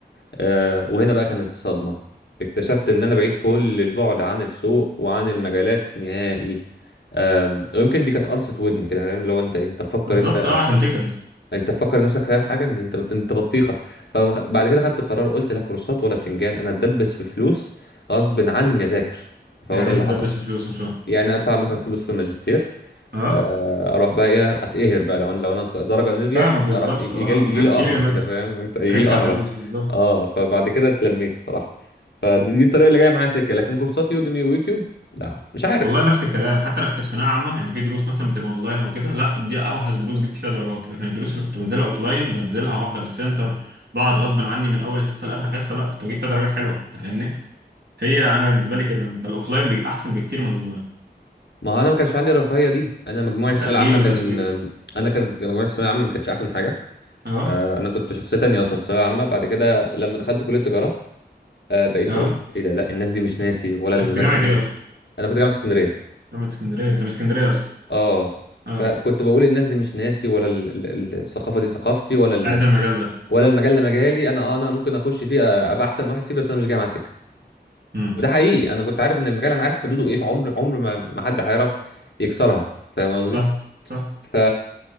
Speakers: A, on the left; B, on the right.
A: آه، وهنا بقى كانت الصدمة اكتشفت ان انا بعيد كل البعد عن السوق وعن المجالات نهائي آم، ويمكن دي كانت قرصة ودني كده فاهم لو انت انت مفكر
B: بالظبط
A: انت
B: اه عشان تجهز
A: انت مفكر نفسك فاهم حاجة انت انت بت- انت بطيخة فبعد كده خدت قرار قلت لا كورسات ولا بتنجان انا اتدبس في فلوس غصب عني اذاكر فهو
B: يعني
A: ده اللي
B: انت تدبس
A: حصل
B: في فلوس مش فاهم
A: يعني ادفع مثلا فلوس في الماجستير
B: اه
A: آه، اروح بقى ايه اتقهر بقى لو انا لو انا الدرجه نزلت
B: فاهمك بالظبط
A: اروح يجي
B: اه
A: لي يجي
B: هتشيل
A: لي قهره
B: الماده
A: كده فاهم انت يجي
B: هتدفع
A: لي قهره
B: فلوس بالظبط
A: اه فبعد كده اتلميت الصراحه فدي دي الطريقه اللي جايه معايا سكه لكن كورسات يوديمي ويوتيوب لا مش عارف
B: والله نفس الكلام حتى انا كنت في ثانويه عامه يعني في دروس مثلا بتبقى اونلاين او كده لا دي اوحش دروس جبت فيها درجات لكن الدروس اللي كنت بنزلها اوفلاين بنزلها بحضر السنتر بقعد غصب عني من اول حصه لاخر حصه لا كنت بجيب فيها درجات حلوه انت فاهمني هي انا بالنسبه لي كده انت الاوفلاين بي- احسن بكتير من الاونلاين
A: ما هو انا ما كانش عندي الرفاهيه دي انا مجموعي
B: كتاجيل
A: في الثانويه العامه
B: وتسويف
A: كان انا كان مجموعي في الثانويه العامه ما كانتش احسن حاجه
B: اه
A: آه، انا كنت شخصيه تانية اصلا في الثانويه العامه بعد كده لما دخلت كليه تجاره آه، بقيت
B: اه
A: بقول ايه ده لا الناس دي مش ناسي ولا المذاكره
B: انت كنت جامعه
A: دي
B: ايه اصلا
A: انا كنت جامعه اسكندريه
B: جامعه اسكندريه انت من اسكندريه اصلا
A: اه
B: اه
A: فكنت بقول الناس دي مش ناسي ولا ال- ال- ال- الثقافه دي ثقافتي ولا ال...
B: مش عايز المجال ده
A: ولا المجال ده مجالي انا اه انا ممكن اخش فيه آه، ابقى احسن واحد فيه بس انا مش جاي مع سكه
B: امم
A: وده حقيقي انا كنت عارف ان المجال انا عارف حدوده ايه فعمر عمر عمر ما ما حد هيعرف يكسرها فاهم قصدي
B: صح صح
A: ف